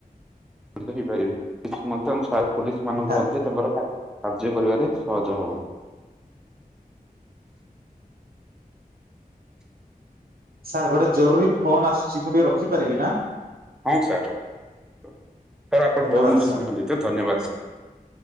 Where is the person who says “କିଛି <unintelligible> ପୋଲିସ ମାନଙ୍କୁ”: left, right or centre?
Centre